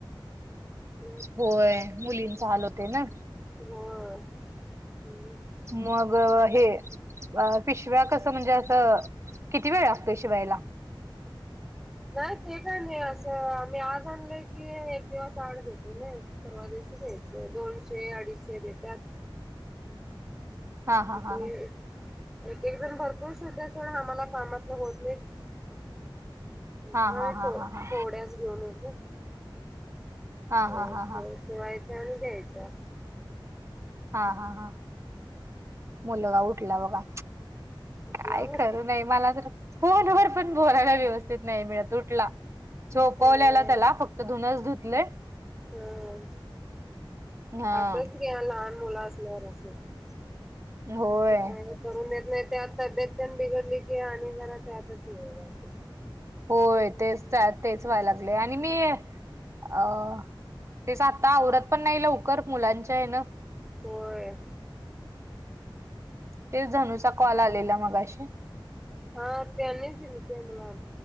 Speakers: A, in the centre; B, on the right.
A: म
B: होय. मुलींच हाल होते, ना.
A: होय. <unintelligible>
B: मग, हे अ, पिशव्या कसं म्हणजे असं, किती वेळ लागतोय शिवायला?
A: नाही ते काय नाही असं. मी आज आणलं की, एक दिवस आड देतोय न. परवादिवशी द्यायचे. दोनशे-अडीचशे देतात.
B: हा हा हा
A: ते
B: हा.
A: एक. ते एक जण भरपूर शिवत्यात सोडा. आम्हाला कामातनं होत नाहीत.
B: <inaudible>
A: नाहीत
B: हा
A: होत.
B: हा हा.
A: थोड्याच घेऊन येते.
B: हा
A: तेवढ्याच
B: हा हा हा.
A: शिवायच्या. आणि द्यायच्या.
B: हा, हा, हा. मुलगा उठला बघा.
A: कुठला
B: काय खरं नाही. मला तर फोनवर पण बोलायला, व्यवस्थित नाही मिळत. ऊटला झोपवल्याला
A: तर
B: त्याला. फक् धूनच धुतलेय
A: हम.
B: हा.
A: सच घ्या. लहान मुलं असल्यावर, असच होत असतय.
B: होय.
A: ते काय करून देत नाही. त्यात तब्येत त्यान बिघडली की, आणि जरा त्यातच वेळ जातय.
B: होय. तेच त्या तेच व्हायला लागलय आणि मी अ. तेच आता आवरत पण नाही, लवकर. मुलांच्या हेन.
A: होय.
B: तेच धनूचा, कॉल आलेला मगाशी.
A: हा त्यांनीच दिलते मला,